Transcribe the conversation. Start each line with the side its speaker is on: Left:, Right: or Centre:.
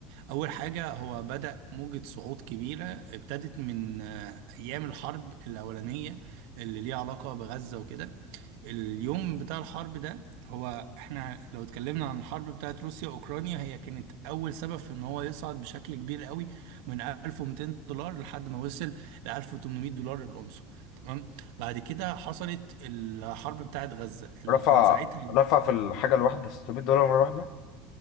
Right: أول حاجة هو بدأ موجة صعود كبيرة ابتدت من آه، أيام الحرب الأولانية اللي ليها علاقة بغزة وكده اليوم بتاع الحرب ده هو احنا لو اتكلمنا عن الحرب بتاعت روسيا وأوكرانيا هي كانت أول سبب في إن هو يصعد بشكل كبير قوي من 1200 دولار لحد ما وصل ل 1800 دولار الأونصة تمام بعد كده حصلت الحرب بتاعت غزة اللي
Left: رفع
Right: كان ساعتها
Left: رفع في الحاجه الواحده 600 دولار مره واحده